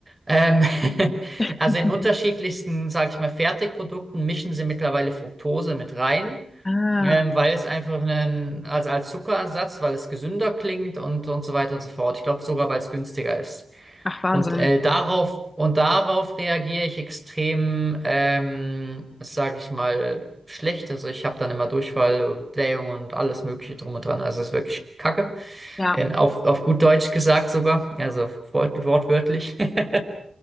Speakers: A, on the right; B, on the left.
A: ähm, <laughs>
B: <laughs>
A: also in unterschiedlichsten, sag ich mal, Fertigprodukten mischen sie mittlerweile Fructose mit rein,
B: Ah,
A: ähm, weil es einfach einen, also als Zuckerersatz, weil es gesünder klingt und und so weiter und so fort. Ich glaube sogar, weil es günstiger ist.
B: ach Wahnsinn.
A: Und äh, darauf und darauf reagiere ich extrem, ähm, sage ich mal, schlecht. Also ich habe dann immer Durchfall, Blähung und alles Mögliche drum und dran. Also es ist wirklich Kacke.
B: Ja.
A: In, auf, auf gut Deutsch gesagt sogar. Also wort, wortwörtlich. <laughs>